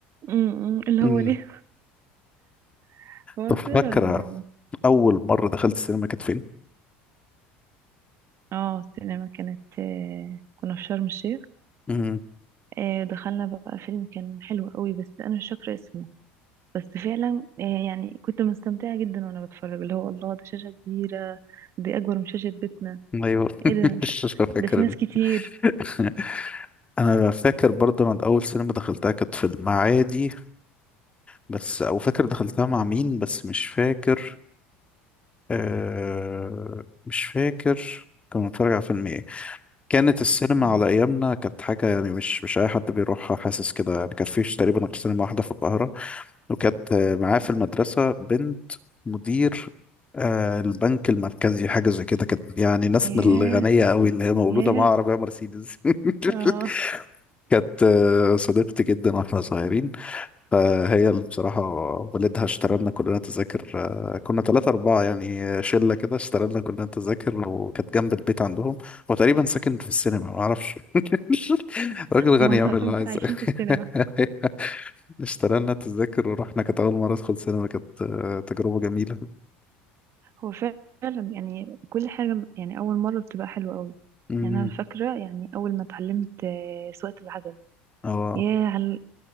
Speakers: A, on the right (about 50°); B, on the left (about 20°).
A: م- م، اللي
B: امم
A: هو ليه <laughs> هو
B: طب فاكره
A: فعلا يعني
B: اول مره دخلت السينما كانت فين
A: اه السينما كانت آه، كنا في شرم الشيخ
B: امم
A: آه، دخلنا بقى فيلم كان حلو قوي بس أنا مش فاكرة اسمه بس فعلا آه، يعني كنت مستمتعة جدا وأنا بتفرج اللي هو الله ده شاشة كبيرة دي أكبر من شاشة بيتنا
B: ايوه <laughs>
A: ايه ده مش
B: مش فاكر
A: ده في ناس
B: إن-
A: كتير
B: <laughs> انا فاكر برضه انا اول سينما دخلتها كانت في المعادي بس او فاكر دخلتها مع مين بس مش فاكر آه مش فاكر كنا بنتفرج على فيلم ايه كانت السينما
A: مم.
B: على ايامنا كانت حاجه يعني مش مش اي حد بيروحها حاسس كده يعني كان فيش تقريبا غير سينما واحده في القاهره وكانت آه، معاه في المدرسة بنت مدير آه، البنك المركزي حاجة زي كده كانت يعني ناس
A: ياه
B: من الغنية قوي اللي هي مولودة
A: ياه
B: مع عربية مرسيدس
A: اه
B: <laughs> كانت آه، صديقتي جدا واحنا صغيرين فهي اللي بصراحة والدها اشترى لنا كلنا تذاكر آه، كنا ثلاثة أربعة يعني آه، شلة كده اشترى لنا كلنا تذاكر وكانت جنب البيت عندهم هو تقريبا ساكن في السينما ما أعرفش <laughs> راجل
A: هما
B: غني يعمل اللي
A: <laughs>
B: عايزه
A: عايشين
B: <laughs>
A: في السينما
B: اشترينا التذاكر ورحنا كانت أول مرة أدخل سينما كانت آه، تجربة جميلة
A: هو فعلا يعني كل حاجة يعني أول مرة بتبقى حلوة قوي
B: امم
A: يعني أنا فاكرة يعني أول ما اتعلمت آه، سواقة العجل
B: اه
A: ياه على